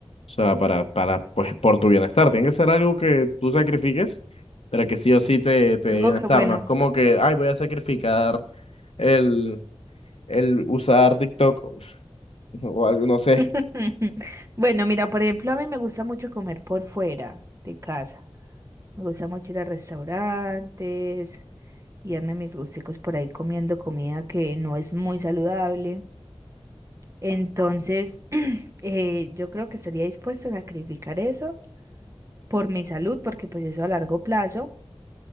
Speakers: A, on the left; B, on the right.
A: o sea, para, para, pues, por tu bienestar. Tiene que ser algo que tú sacrifiques, pero que sí o sí te, te dé
B: Algo
A: bienestar.
B: que, bueno,
A: No es como que, ay, voy a sacrificar el, el usar TikTok o algo, no sé.
B: <laughs> Bueno, mira, por ejemplo, a mí me gusta mucho comer por fuera de casa. Me gusta mucho ir a restaurantes y darme mis gusticos por ahí comiendo comida que no es muy saludable. Entonces, <clears throat> eh, yo creo que estaría dispuesta a sacrificar eso por mi salud, porque pues eso a largo plazo,